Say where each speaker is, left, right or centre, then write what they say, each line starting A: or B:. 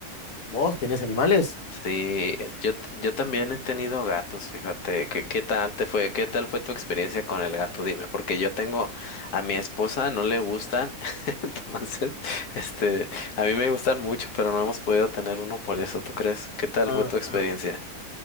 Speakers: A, on the left; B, on the left.
A: ¿Vos tenés animales?
B: Sí, eh, yo, t- yo también he tenido gatos, fíjate. ¿Qué, qué tal te fue? ¿Qué tal fue tu experiencia con el gato? Dime, porque yo tengo a mi esposa, no le gustan, <laughs> entonces, este, a mí me gustan mucho, pero no hemos podido tener uno por eso, ¿tú crees? ¿Qué tal
A: Ah.
B: fue tu experiencia?